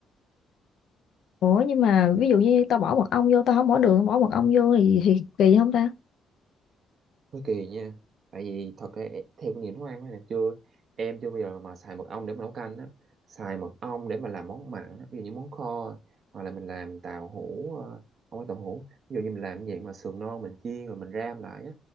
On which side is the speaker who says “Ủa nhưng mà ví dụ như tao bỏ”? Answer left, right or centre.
Left